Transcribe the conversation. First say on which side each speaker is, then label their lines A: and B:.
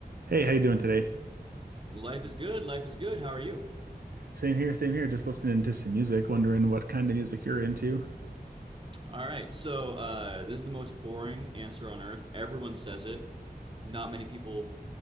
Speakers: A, on the right; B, on the right.
A: Hey, how you doing today?
B: Life is good. Life is good. How are you?
A: Same here, same here. Just listening to some music, wondering what kind of music you're into.
B: All right. So uh, this is the most boring answer on earth. Everyone says it. Not many people